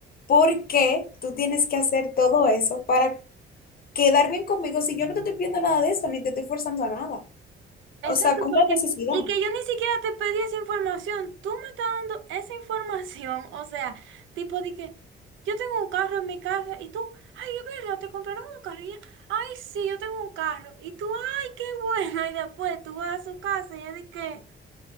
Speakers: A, on the left; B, on the right.
A: ¿por qué tú tienes que hacer todo eso para quedar bien conmigo si yo no te estoy pidiendo nada de eso, ni te estoy forzando a nada? O
B: Exacto,
A: sea, ¿cuál
B: porque,
A: es la necesidad?
B: y que yo ni siquiera te pedí esa información, tú me estás dando esa información, o sea, tipo de que yo tengo un carro en mi casa y tú, ay, es verdad, te compraron un carro y ella, ay, sí, yo tengo un carro, y tú, ay, qué bueno, y después tú vas a su casa y ella de que,